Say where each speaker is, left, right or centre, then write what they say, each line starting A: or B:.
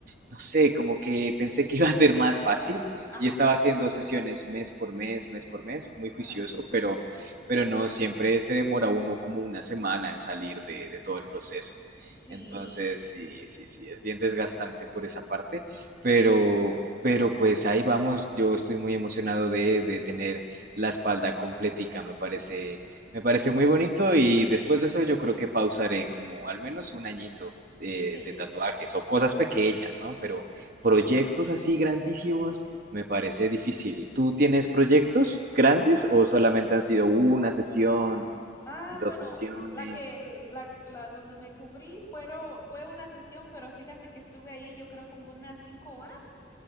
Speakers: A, on the right; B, on the left.
A: no sé, como que pensé que iba a ser más fácil
B: Ajá,
A: y estaba haciendo sesiones mes por mes, mes por mes, muy juicioso,
B: ajá.
A: pero, pero no, siempre se demora uno como una semana en salir de, de todo el proceso.
B: Sí,
A: Entonces, sí, sí, sí, es bien desgastante por esa parte, pero, pero pues ahí vamos, yo estoy muy emocionado de, de tener la espalda completica, me parece me parece muy bonito y después de eso yo creo que pausaré como al menos un añito de,
B: sí.
A: de tatuajes o cosas pequeñas, ¿no? Pero proyectos así grandísimos me parece difícil. ¿Tú tienes proyectos grandes o solamente han sido una sesión,
B: Ah,
A: dos
B: bueno,
A: sesiones?
B: la que, la, la donde me cubrí fueron, fue una sesión, pero fíjate que estuve ahí yo creo como unas cinco horas.